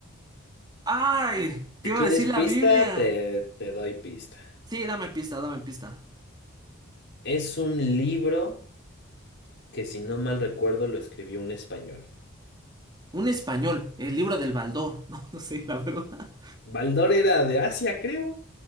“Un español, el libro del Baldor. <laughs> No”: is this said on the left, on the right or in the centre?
Right